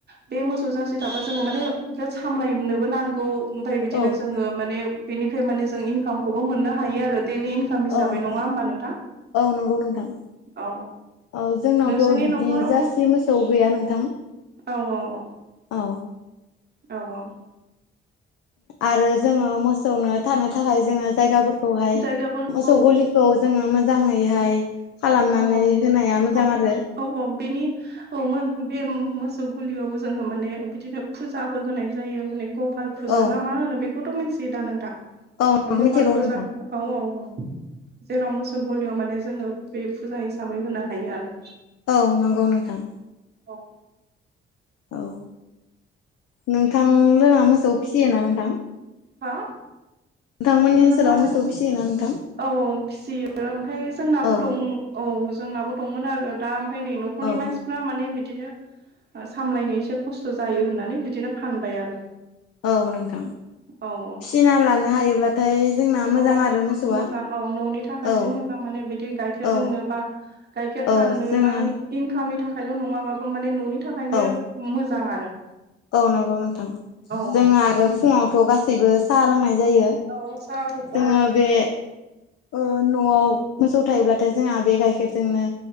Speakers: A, on the right; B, on the left.
A: बे मोसौ जसे थाबा जोङो माने बिराद सामलायनोबो नांगौ। ओमफफ्राय बिदिनो
B: औ
A: जोङो माने बिनिफ्राय माने जों इनकामखौबो मोननो हायो आरो दैलि इन हिसाबै
B: औ नोंथां
A: नङा होनबा नोंथां?
B: औ नंगौ नोंथां।
A: औ
B: औ जोंनावथ'
A: नोंसोरनि
B: बिदि
A: न'खरावबो
B: जारसि मोसौ गैया नोंथां।
A: औ औ औ।
B: औ।
A: औ औ।
B: आरो जोङो मोसौनो थानो थाखाय जोङो जायगाफोरखौहाय
A: जायगाबो
B: मोसौ
A: औ
B: गलि खौ जोङो मोजाङैहाय खालामनानै
A: औ -औ
B: होनाया मोजां
A: -औ-
B: आरो
A: औ -औ बेनि औ म बे मोसौ गुलियावबो जोङो माने बिदिनो फुजाबो होनाय जायो माने ग फाल फुजा
B: औ
A: ना मा होनो बेखौथ' मिथियो दा नोंथां?
B: औ
A: गपाल
B: मिथिगौ
A: फुजा
B: नोंथां
A: औ- औ औ जेराव मोसौ गलियाव माने जोङो बे फुजा हिसाबै होनो हायो आरो
B: औ नंगौ नोंथां।
A: औ
B: औ नोंथां लोङा मोसौ फिसियोना नोंथां?
A: हा
B: नोंथांमोननि
A: नोंथाङा
B: ओनसोलाव
A: मा होनदों
B: मोसौ फिसियोना नोंथां?
A: औ - औ फिसियो ओमफ्राय जोंनाबो
B: औ
A: दं औ जोंनाबो दंमोन आरो दा ओमफ्राय नै न'खरनि
B: औ
A: मानसि फा माने बिदिनो सामलायनो एसे खस्थ' जायो होननानै बिदिनो फानबाय आरो
B: औ नोंथां।
A: औ।
B: फिसिनाना लानो हायोब्लाथाय जोंना मोजां
A: अ
B: आरो मोसौआ
A: मोजां औ न'नि थाखायबो
B: औ
A: मोजां माने बिदि गाइखेर
B: औ
A: लोंनोबा गाइखेर
B: औ
A: फाननो
B: जोङो
A: बा इनकामनि थाखायल' नङाबाबो माने न'नि थाखायनो
B: औ
A: मोजां आरो
B: औ नंगौ नोंथां
A: औ
B: जोङो आरो फुङावथ' गासैबो साहा लोंनाय जायो
A: औ स
B: जोङो
A: औ।
B: बे ओ न'आव मोसौ थायोब्लाथाय जोंहा बे गाइखेरजोंनो